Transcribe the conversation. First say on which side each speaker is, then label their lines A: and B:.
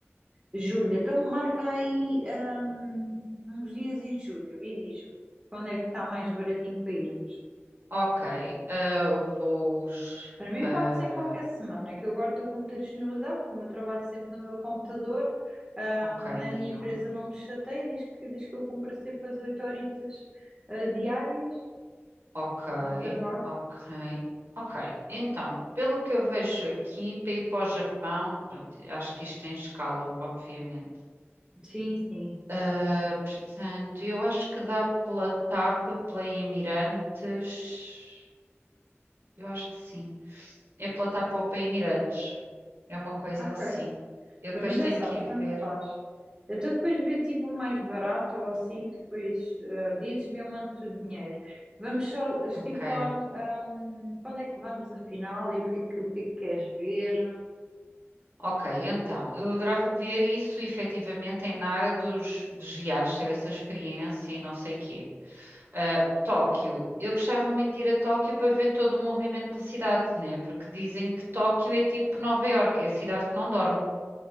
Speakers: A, on the right; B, on the right.
A: Julho, então marca aí, hum, uns dias em julho e diz-me quando é que está mais baratinho para irmos.
B: Ok. eh, vou
A: Para mim
B: para.
A: pode ser em qualquer semana, que eu agora estou com muita disponibilidade, como eu trabalho sempre no meu computador, ahm,
B: Ok, amiga
A: a minha empresa não me chateia, diz que, diz que eu cumpro sempre as oito horitas, ah, diárias
B: Ok,
A: de trabalho.
B: ok, ok. Então, pelo que eu vejo aqui, para ir para o Japão, pronto, acho que isto tem escala, obviamente.
A: Sim, sim,
B: Ah, portanto, eu acho que dá pela TAP, pela Imirantes. Eu acho que sim. É pela TAP ou pela Imirantes. É uma coisa
A: ok.
B: assim. Eu depois
A: Para mim já
B: tenho
A: sabes,
B: que ir
A: tanto
B: ver.
A: faz. Então depois vê tipo o mais barato ou assim, depois ah, dizes-me, eu mando-te o dinheiro. Vamos só estipular,
B: Ok.
A: ahm, para onde é que vamos afinal e o que é que, o que é que queres ver.
B: Ok, então, eu adorava ver isso efetivamente em Nara dos, dos viados, ter essa experiência e não sei o quê. Ah,
A: Ok,
B: Tóquio. Eu gostava muito de ir a Tóquio para ver todo o movimento da cidade, né? Porque dizem que Tóquio é tipo Nova Iorque, é a cidade que não dorme.